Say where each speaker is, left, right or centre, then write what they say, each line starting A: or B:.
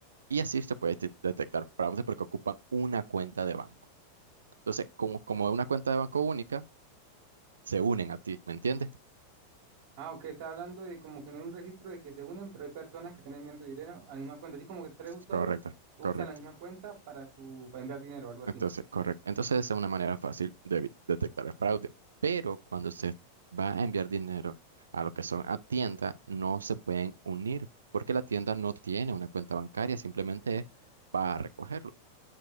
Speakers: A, on the right; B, on the right.
A: Y así se puede de- detectar fraude porque ocupan una cuenta de banco. Entonces, como, como es una cuenta de banco única, se unen a ti, ¿me entiendes?
B: Ah, ok, está hablando de como que no hay un registro de que se unen, pero hay personas que están enviando dinero a la misma cuenta. Así como que tres usuarios
A: Correcto,
B: usan
A: correcto.
B: la misma cuenta para su, para enviar dinero, algo así.
A: Entonces, correcto. Entonces, esa es una manera fácil de evi- detectar el fraude. Pero cuando se va a enviar dinero a lo que son a tienda, no se pueden unir porque la tienda no tiene una cuenta bancaria, simplemente es para recogerlo.